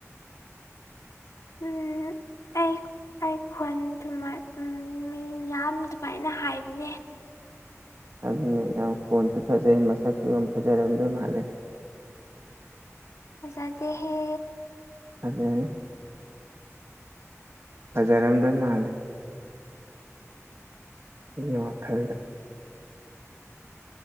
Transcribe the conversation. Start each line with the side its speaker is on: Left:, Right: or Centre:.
Left: ꯎꯝ ꯑꯩ ꯑꯩ ꯈꯣꯜ ꯇꯨ ꯎ ꯃꯤ ꯌꯥꯝ ꯑꯗꯨꯃꯥꯏꯅ ꯍꯥꯏꯕꯅꯦ
Right: ꯑꯗꯨꯅ ꯌꯥꯝ ꯀꯣꯟꯁꯨ ꯐꯖꯩ ꯃꯁꯛꯁꯨ ꯌꯥꯝ ꯐꯖꯔꯝꯗ ꯍꯥꯜꯂꯦ
Left: ꯑꯖꯗꯦꯍꯦ
Right: <unintelligible> ꯍꯖꯔꯝꯗꯣ ꯃꯥꯂꯦ ꯑꯩꯒꯤ ꯋꯥꯈꯜꯗ